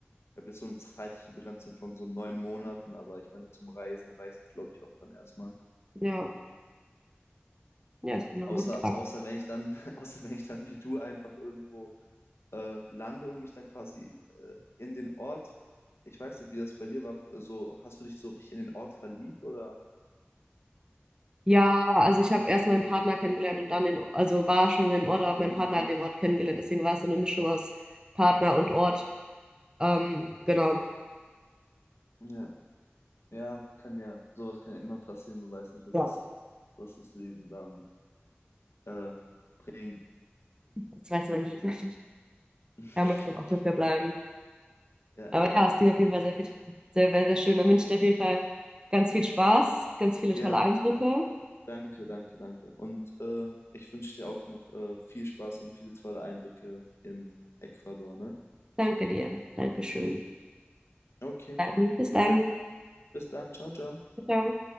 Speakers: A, on the left; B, on the right.
A: ich habe jetzt so eine zeitliche Begrenzung von so neun Monaten, aber ich meine, zum Reisen reicht das, glaube ich, auch dann erstmal.
B: Ja, ja, es klingt nach
A: Außer,
B: einem guten Plan.
A: außer wenn ich dann, <laughs> außer wenn ich dann wie du einfach irgendwo äh, lande und mich dann quasi äh, in den Ort, ich weiß nicht, wie das bei dir war, so, hast du dich so richtig in den Ort verliebt oder?
B: Ja, also ich habe erst meinen Partner kennengelernt und dann den, also war schon im Ort, aber habe meinen
A: Okay,
B: Partner halt den Ort kennengelernt. Deswegen war es so eine Mischung aus Partner und Ort. Ähm, genau.
A: ja, ja, kann ja, sowas kann ja immer passieren, man weiß nicht, was
B: Ja,
A: es, was das Leben dann äh, bringt.
B: das weiß man nie. <laughs>
A: <laughs>
B: Da muss man auch dafür bleiben.
A: Ja,
B: Aber
A: ja,
B: ja, es klingt auf jeden Fall sehr, viel- sehr, sehr, sehr schön. Dann wünsche ich dir auf jeden Fall ganz viel Spaß, ganz viele
A: ja,
B: tolle Eindrücke
A: danke, danke, danke. Und äh, ich wünsche dir auch noch äh, viel Spaß und viele tolle Eindrücke in Ecuador, ne?
B: Danke dir. Dankeschön.
A: Okay,
B: Dann, bis dann.
A: bis dann, ciao, ciao.
B: Ciao. ciao.